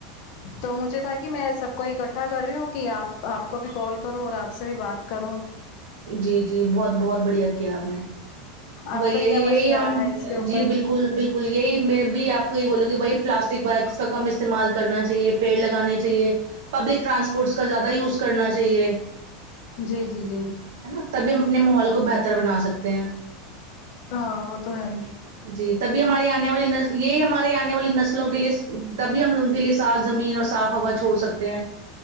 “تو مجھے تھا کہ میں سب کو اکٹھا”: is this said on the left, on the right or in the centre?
Left